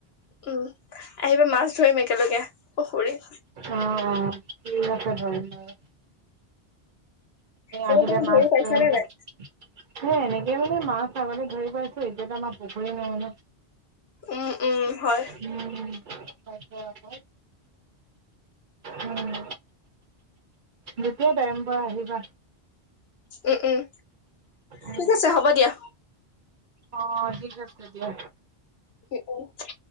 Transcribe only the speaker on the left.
উম, আহিবা মাছ ধৰিম একেলগে পুখুৰী।
চাগে
তুমি
ধৰি পাইছানে
নাই?
উম উম হয়।
উম উম
ঠিক আছে হ'ব দিয়া।
<inaudible>